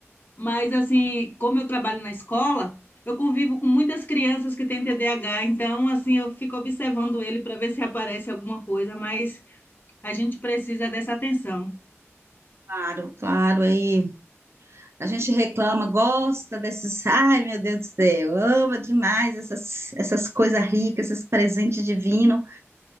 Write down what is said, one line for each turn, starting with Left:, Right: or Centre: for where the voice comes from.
Left: Mas, assim, como eu trabalho na escola, eu convivo com muitas crianças que têm T D A H, Então, assim, eu fico observando ele para ver se aparece alguma coisa. Mas a gente precisa dessa atenção.
Right: claro, claro, aí A gente reclama, gosta desses, ai meu Deus do céu, ama demais essas, essas coisas ricas, esses presentes divinos.